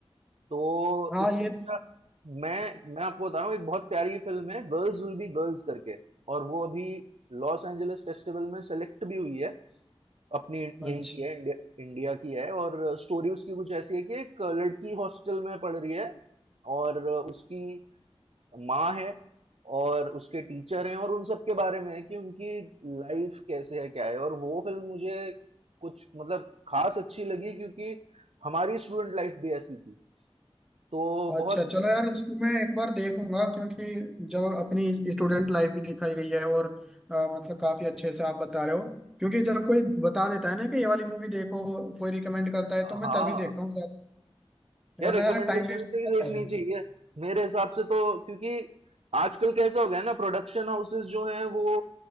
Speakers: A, on the right; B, in the centre.
A: तो
B: हाँ
A: इससे
B: ये
A: अच्छा मैं मैं आपको बता रहा हूँ एक बहुत प्यारी फिल्म है गर्ल्स विल बी गर्ल्स करके और वो अभी लॉस एंजलिस फेस्टिवल में सेलेक्ट भी हुई है अपनी
B: अच्छा
A: यहीं की है इंडिया इंडिया की है और स्टोरी उसकी कुछ ऐसी है कि एक लड़की हॉस्टल में पढ़ रही है और उसकी माँ है और उसके टीचर हैं और उन सब के बारे में है कि उनकी लाइफ कैसे है क्या है और वो फिल्म मुझे कुछ मतलब खास अच्छी लगी क्योंकि हमारी स्टूडेंट लाइफ भी ऐसी थी तो बहुत
B: अच्छा चलो यार इसको मैं एक बार देखूंगा क्योंकि जब अपनी स्टूडेंट लाइफ भी दिखाई गई है और अ, मतलब काफी अच्छे से आप बता रहे हो क्योंकि जब कोई बता देता है ना कि ये वाली मूवी देखो कोई रिकमेंड करता है तो
A: हाँ,
B: मैं तभी देखता हूँ
A: यार
B: वरना
A: रिकमेंडेशन
B: यार टाइम वेस्ट
A: से ही देखनी
B: होता है
A: चाहिए मेरे हिसाब से तो क्योंकि आजकल कैसा हो गया है ना प्रोडक्शन हाउसेस जो हैं वो